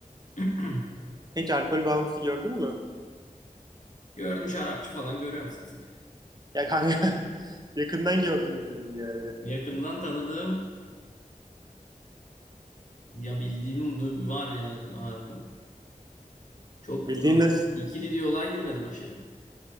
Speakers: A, on the left (about 60°); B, on the right (about 30°).
A: <clears throat>
B: Hiç alkol bağımlısı gördün mü?
A: Gördüm şarapçı falan görüyorum sık sık.
B: Ya kanka <laughs> yakından gördün mü diyorum yani.
A: Yakından tanıdığım ya bildiğim du- var yani. Var. Çok
B: Bildiğin
A: ama
B: nasıl,
A: ikili diyaloğa girmedim aşırı.